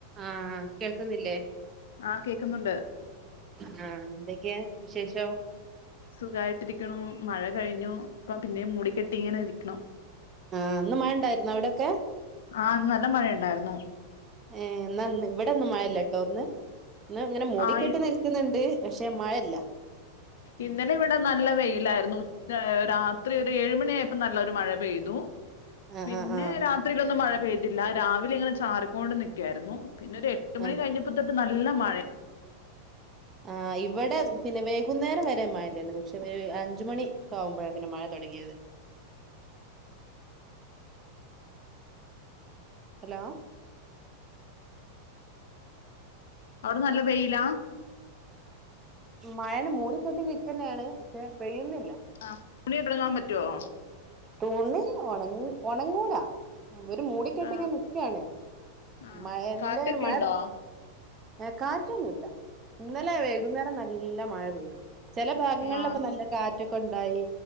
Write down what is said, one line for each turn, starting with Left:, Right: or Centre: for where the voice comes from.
Right: ആഹ കേൾക്കുന്നില്ലേ
Left: ആഹ് കേക്കുന്നുണ്ട്
Right: ആഹ എന്തൊക്കെയാ വിശേഷം
Left: സുഖായിട്ടിരിക്കണ മഴ കഴിഞ്ഞു ഇപ്പ പിന്നെ മൂടിക്കെട്ടി ഇങ്ങനെ ഇരിക്കണം
Right: ആഹ് ഇന്ന് മഴ ഉണ്ടായിരിന്നിയോ അവിടൊക്കെ
Left: ആഹ നല്ല മഴ ഉണ്ടയിരുന്നു
Right: ഏർ നന്ന് ഇവിടെൊന്നും മഴല്ല കേട്ടോ ഒന്ന് എന്ന ഇങ്ങനെ മൂടിക്കെട്ട്
Left: ആഹ്
Right: നിൽക്കുന്നുണ്ട് പക്ഷേ മഴല്ല
Left: ഇന്നലെ ഇവിടെ നല്ല വെയിലായിരുന്നു ഇത്രരി ഒരു ഏഴുമ മണിയായപ്പോൾ നല്ലൊരു മഴ പെയ്തു
Right: ആഹ്
Left: പിന്നെ
Right: ആഹ് ആഹ്
Left: രാത്രിയിലൊന്ന്ും മഴ പെയ്തി ഇല്ല രാവിലെ ഇങ്ങനെ ചാരി കൊണ്ട് നികുവായുന് പിന്നെ ഒരു ഏറ്റു മണിക്ക്
Right: ആഹ്
Left: കഴിഞ്ഞപ്പോഴ തട്ടല്ല നല്ല മഴയാ
Right: ആഹ ഇവിടെ പിന്നെ വൈകുന്നേരം വരെ മഴല്ലായിരുന്നു പക്ഷെ ഒരു അഞ്ചുമണി ഒെ ആകുമ്പോഴ പിന്നെ മഴ തുൊടങ്ങിയത് ഹലോ
Left: അവിടെ നല്ല വെയിലാ
Right: മഴന മൂടിക്കെട്ടി നൽക്കുന്നാണ് പക്ഷെ പെയ്യുന്നില്ല
Left: ആ ഉണി തുടങ്ങാൻ പറ്റുവോ
Right: തൂണി ഉണ ഉണങ്ങൂലാ അ ഒരു മൂടിക്കെട്ടി
Left: ആഹ്
Right: ങ്ങെനിക്കാണ്
Left: ആഹ്
Right: മഴ
Left: കാറ്റൊക്കെ
Right: ന്റെരു മഴ
Left: ഉണ്ടോ
Right: ഏ കാറ്റൊന്നുല്ല ഇന്നലെ വൈകുന്നേരം നല്ല മഴ പെയ്തു ചെല ഭാഗങ്ങളിലൊക്കെ
Left: ആഹ്
Right: നല്ല കാ റ്റൊക്കെണ്ടായി